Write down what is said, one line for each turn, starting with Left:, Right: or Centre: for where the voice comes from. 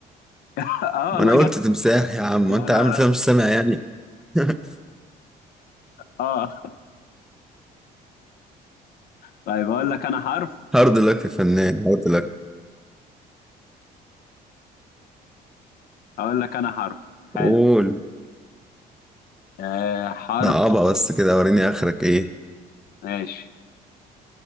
Left: <laughs> اه
Centre: ما
Left: والله
Centre: انا قلت
Left: جت
Centre: تمساح يا عم
Left: يا
Centre: وانت
Left: نهار
Centre: عامل فيها
Left: أبيض.
Centre: مش سامع يعني <laughs>
Left: اه طيب اقول لك انا حرف
Centre: هارد لك يا فنان هارد لك
Left: اقول لك انا حرف حلو
Centre: قول
Left: آه حرف
Centre: صعبة بس كده وريني اخرك ايه
Left: ماشي